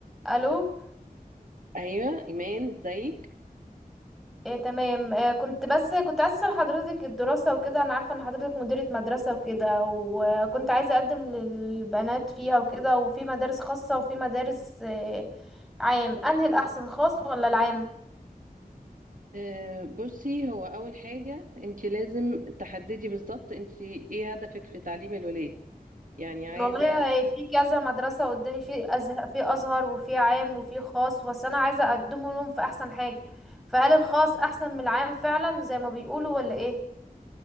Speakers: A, in the centre; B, on the right.
A: الو
B: ايوه ايمان ازيك
A: إيه تمام إيه كنت بس كنت عايزه اسال حضرتك الدراسه وكده انا عارفه ان حضرتك مديره مدرسه وكده وكنت عايزه اقدم للبنات فيها وكده وفي مدارس خاصه وفي مدارس إيه، عام انهي الاحسن خاص ولا العام
B: أه بصي هو اول حاجه انت لازم تحددي بالظبط انت ايه هدفك في تعليم الولاد يعني عايزه
A: والله إيه، في كذا مدرسه قدامي في ازهر في ازهر وفي عام وفي خاص بس انا عايزه اقدم لهم في احسن حاجه فهل الخاص احسن من العام فعلا زي ما بيقولوا ولا ايه